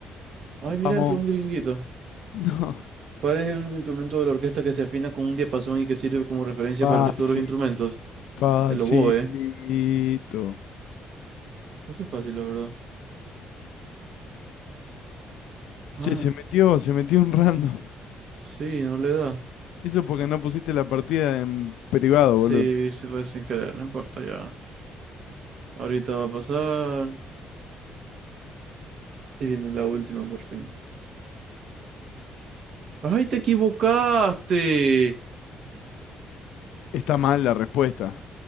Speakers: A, on the right (about 65°); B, on the left (about 80°).
A: Ay,
B: Vamos.
A: mira, entró un gringuito.
B: <laughs> No.
A: ¿Cuál es el único instrumento de la orquesta que se afina con un diapasón y que sirve como referencia
B: Fácil,
A: para el resto de los instrumentos?
B: facilito.
A: El oboe. Este es fácil, la verdad. Ah,
B: Che, se metió, se metió un random.
A: sí, no le da.
B: Eso porque no pusiste la partida en privado,
A: Sí,
B: boludo.
A: se fue sin querer, no importa ya. Ahorita va a pasar. Y viene la última por fin. ¡Ay, te equivocaste!
B: Está mal la respuesta.